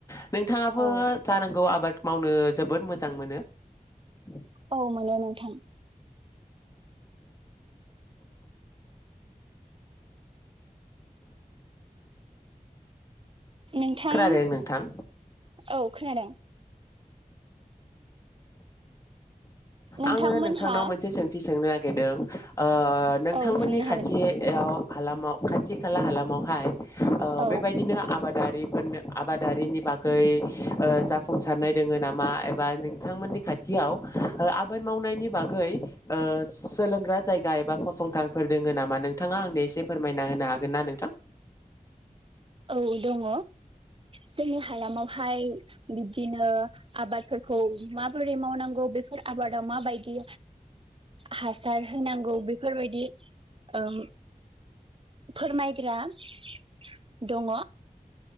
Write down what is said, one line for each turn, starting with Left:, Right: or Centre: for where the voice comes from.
Left: । नोंथांङाबो
Right: औ
Left: जानांगौ आबाद -- मावनो जोबोद मोजां मोनो ।
Right: औ मोनो नोंथां । नोंथां
Left: खोनादों नोंथां
Right: औ -- खोनादों नोंथांमोनहा
Left: आङो नोंथांनाव मोनसे सोंथि सोंनो नागिरदों ओ नोंथांमोननि
Right: औ सोंनो
Left: खाथियाव
Right: हागोन
Left: हालामाव खाथि खाला हालामावहाय ओ
Right: औ
Left: बेबायदिनो आबाद -- आबादारिनि बागै जाफुंसारनाय दोङ नामा एबा नोंथांमोननि खाथियाव -- आबाद मावनायनि ओ बागै सोलोंग्रा जायगा एबा फसंथानफोर दङ नामा नोंथाङा आंनो एसे फोरमायना होनो हागोन ना नोंथां?
Right: औ दङ जोंनि हालामावहाय बिब्दिनो आबादफोरखौ माबोरै मावनांगौ बेफोर आबादा माबायदि हासार होनांगौ बेफोरबायदि ओम फोरमायग्रा -- दङ